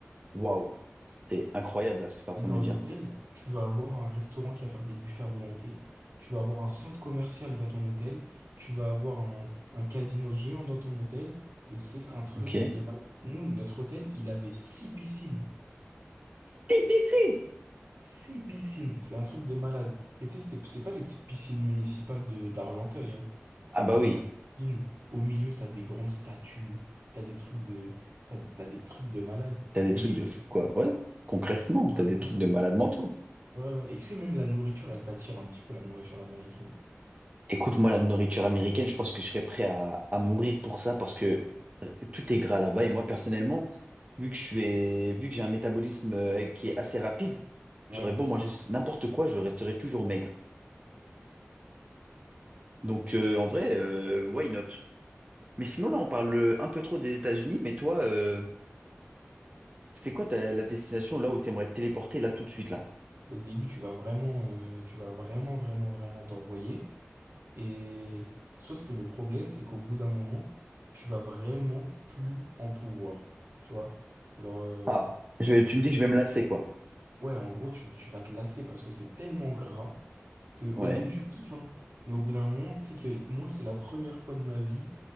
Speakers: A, on the right (about 30°); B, on the right (about 80°).
A: Waouh, c'est incroyable là ce que tu es en train
B: Et dans
A: de me dire.
B: l'hôtel, tu vas avoir un restaurant qui va faire des buffets à volonté. Tu vas avoir un centre commercial dans ton hôtel. Tu vas avoir un, un casino géant dans ton hôtel. Et c'est un truc
A: Ok.
B: de malade. Nous, notre hôtel, il avait six piscines.
A: TPC.
B: Six piscines. C'est un truc de malade. Et tu sais, c'était- c'est pas les petites piscines municipales de d'Argenteuil, hein.
A: Ah bah
B: C'est
A: oui,
B: des piscines. Au milieu, t'as des grandes statues. T'as des trucs de, t'as, t'as des trucs de malade.
A: t'as des
B: Et
A: trucs de fou, quoi. Ouais, concrètement,
B: ouais,
A: t'as
B: voilà.
A: des trucs de malade mentaux.
B: Ouais, ouais. ouais. Est-ce que même la nourriture, elle t'attire un petit peu, la nourriture américaine?
A: Écoute, moi, la nourriture américaine, je pense que je serais prêt à, à mourir pour ça parce que tout est gras là-bas. Et moi, personnellement, vu que je suis, vu que j'ai un métabolisme euh, qui est assez rapide,
B: Ouais.
A: j'aurais beau manger n'importe quoi, je resterais toujours maigre. Donc, euh, en vrai, euh, why not? Mais sinon, là, on parle euh, un peu trop des États-Unis. Mais toi, euh, c'est quoi ta- la destination là où tu aimerais te téléporter là tout de suite là?
B: Au début, tu vas vraiment, euh, tu vas vraiment, vraiment, vraiment t'envoyer. Et sauf que le problème, c'est qu'au bout d'un moment, tu vas vraiment plus en pouvoir. Tu vois? Genre, euh,
A: Ah, je vais- tu me dis que je vais me lasser, quoi.
B: Ouais, en gros, tu, tu vas te lasser parce que c'est tellement gras que
A: Ouais.
B: au début, tu kiffes, hein. Mais au bout d'un moment, tu sais que moi, c'est la première fois de ma vie